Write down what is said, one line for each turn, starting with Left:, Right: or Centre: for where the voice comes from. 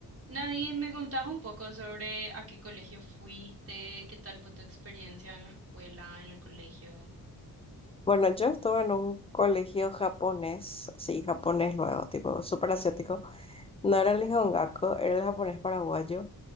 Right: Nadine, me contás un poco sobre a qué colegio fuiste, qué tal fue tu experiencia en la escuela, en el colegio.
Left: Bueno, yo estuve en un colegio japonés, sí, japonés luego, tipo súper asiático. No era el Nihongaku, era el japonés paraguayo.